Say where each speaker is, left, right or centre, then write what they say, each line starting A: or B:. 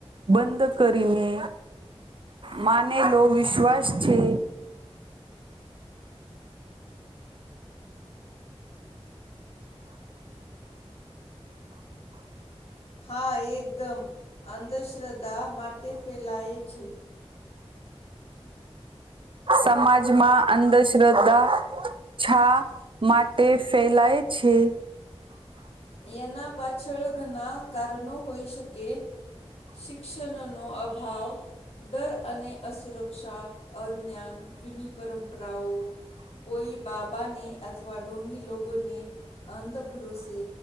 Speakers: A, on the right; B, on the left.
A: બંધ કરીને. માને લો વિશ્વાસ છે.
B: હા, એકદમ અંધશ્રદ્ધા માટે ફેલાય છે.
A: સમાજમાં અંધશ્રદ્ધા. છા માટે ફેલાય છે.
B: એના પાછળ ઘણા કારણો હોઈ શકે. શિક્ષણનો અભાવ, ડર અને અસ સુરક્ષા, અજ્ઞાન, જૂની પરંપરાઓ. કોઈ બાબાને અથવા ડુંગી લોકોગોને અંધ ભરોસે.